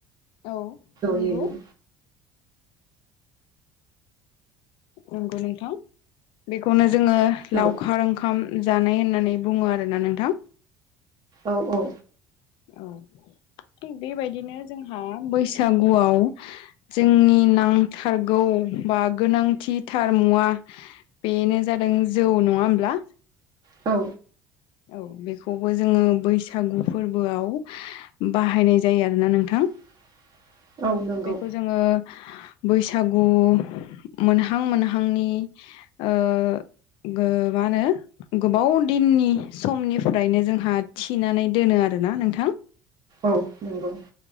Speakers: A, on the left; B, on the right.
A: औ नंगौ
B: जयैनो
A: नंगौ नोंथां बेखौनो जोङो
B: औ
A: लावखार ओंखाम जानाय होननानै बुङो आरोना नोंथां
B: औ औ
A: औ थिग बेबायदिनो जोंहा बैसागुआव जोंनि नांथारगौ बा गोनांथि थार मुवा बेनो जादों जौ नङा होमब्ला
B: औ
A: औ बेखौबो जोङो बैसागु फोरबोआव बाहायनाय जायो आरोना नोंथां।
B: <unintelligible> औ नंगौ
A: बेखौ जोङो बैसागु मोनहां मोनहांनि ओ गोबाङानो गोबावदिननि समनिफ्रायनो जोंहा थिनानै दोनो आ आरोना नोंथां
B: औ नंगौ